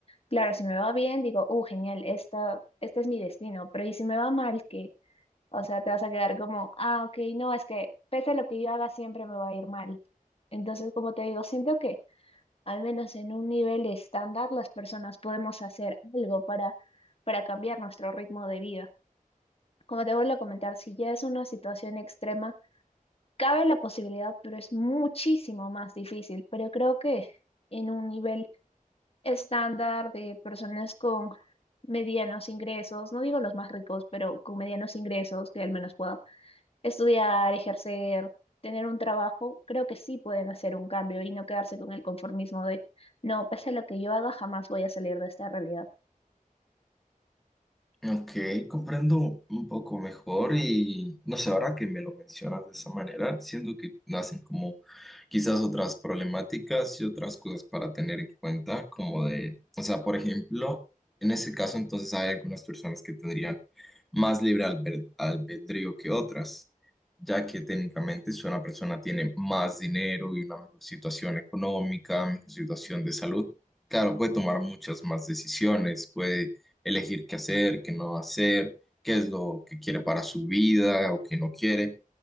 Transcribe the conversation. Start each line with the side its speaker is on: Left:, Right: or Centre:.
Left: Claro, si me va bien, digo, uh, genial, esta, este es mi destino, pero ¿y si me va mal, qué? O sea, te vas a quedar como, ah, ok, no, es que pese a lo que yo haga, siempre me va a ir mal. Entonces, como te digo, siento que al menos en un nivel estándar las personas podemos hacer algo para, para cambiar nuestro ritmo de vida. Como te vuelvo a comentar, si ya es una situación extrema, Cabe la posibilidad, pero es muchísimo más difícil. Pero creo que en un nivel estándar de personas con medianos ingresos, no digo los más ricos, pero con medianos ingresos que al menos puedan estudiar, ejercer, tener un trabajo, creo que sí pueden hacer un cambio y no quedarse con el conformismo de, no, pese a lo que yo haga, jamás voy a salir de esta realidad.
Centre: Ok, comprendo un poco mejor y no sé, ahora que me lo mencionas de esa manera, siento que nacen como quizás otras problemáticas y otras cosas para tener en cuenta, como de, o sea, por ejemplo, en ese caso entonces hay algunas personas que tendrían más libre albe- albedrío que otras, ya que técnicamente si una persona tiene más dinero y una mejor situación económica, mejor situación de salud, claro, puede tomar muchas más decisiones, puede elegir qué hacer, qué no hacer, qué es lo que quiere para su vida o qué no quiere.